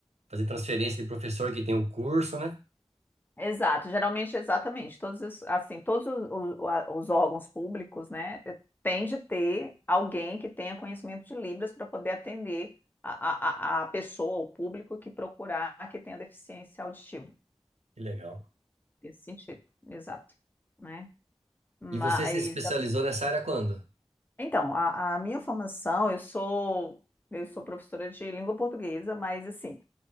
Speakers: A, on the right; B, on the left.
A: fazer transferência de professor que tem o curso, né?
B: Exato, geralmente, exatamente, todos, os- assim, todos os, o- a- os órgãos públicos, né, tem de ter alguém que tenha conhecimento de Libras para poder atender a, a, a a pessoa, o público que procurar que tenha deficiência auditiva,
A: Que legal.
B: nesse sentido, exato, né, mas,
A: E você se especializou nessa área quando?
B: então, a, a minha formação, eu sou, eu sou professora de língua portuguesa, mas, assim,